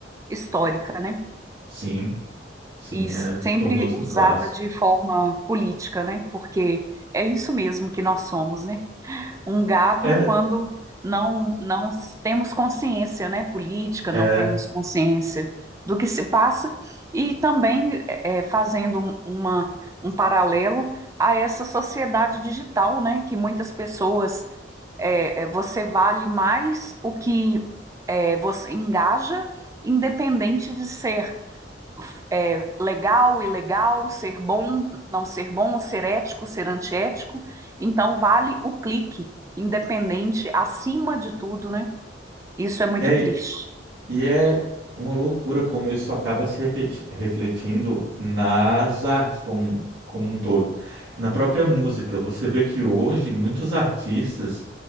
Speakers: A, on the right; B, on the right.
A: histórica, né?
B: Sim, sim,
A: E
B: é,
A: sempre
B: se tornou-se
A: usada
B: um clássico.
A: de forma política, né? Porque é isso mesmo que nós somos, né? um gado
B: É,
A: quando não, não temos consciência, né, política,
B: é,
A: não temos consciência do que se passa, e também eh, fazendo um- uma, um paralelo a essa sociedade digital, né, que muitas pessoas eh, eh, você vale mais o que eh, você engaja, independente de ser é, legal, ilegal, ser bom, não ser bom, ser ético, ser antiético. Então, vale o clique, independente, acima de tudo, né? Isso é muito
B: é,
A: triste.
B: e é uma loucura como isso acaba se refleti- refletindo nas artes como, como um todo, na própria música. Você vê que hoje muitos artistas